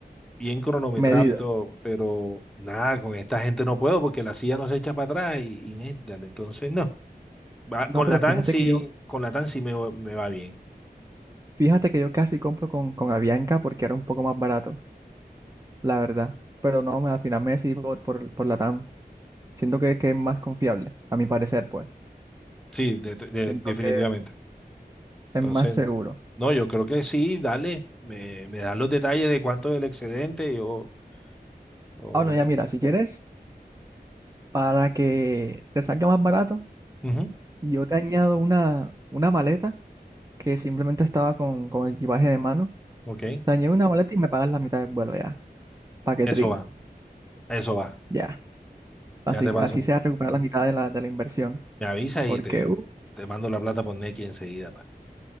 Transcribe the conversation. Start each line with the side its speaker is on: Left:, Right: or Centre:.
Centre: bien cronometrado
Right: Medido.
Centre: y todo, pero nada, con esta gente no puedo porque la silla no se echa para atrás y, y dale, entonces no. Va-
Right: No,
Centre: Con
Right: pero
Centre: la TAN
Right: fíjate
Centre: sí,
Right: que yo
Centre: con la TAN sí me, va- me va bien.
Right: Fíjate que yo casi compro con, con Avianca porque era un poco más barato, la verdad. Pero no, me- al final me decidí por, por, por Latam. Siento que, que es más confiable, a mi parecer, pues.
Centre: Sí, de- de-
Right: Siento
Centre: definitivamente.
Right: que es, es
Centre: Entonces,
Right: más seguro.
Centre: no, yo creo que sí, dale. Me, me das los detalles de cuánto es el excedente. Yo, o
Right: Ah,
Centre: yo
Right: bueno,
Centre: te-
Right: ya mira, si quieres, para que te salga más barato,
Centre: Ujú,
Right: yo te añado una, una maleta que simplemente estaba con, con equipaje de mano.
Centre: ok,
Right: Te añado una maleta y me pagas la mitad del vuelo ya. Paquetrín,
Centre: eso va, eso va.
Right: ya. Así,
Centre: Ya te paso.
Right: así sea recuperar la mitad de la, de la inversión.
Centre: Me avisas
Right: Porque,
Centre: y te,
Right: uh,
Centre: te mando la plata por Nequi enseguida para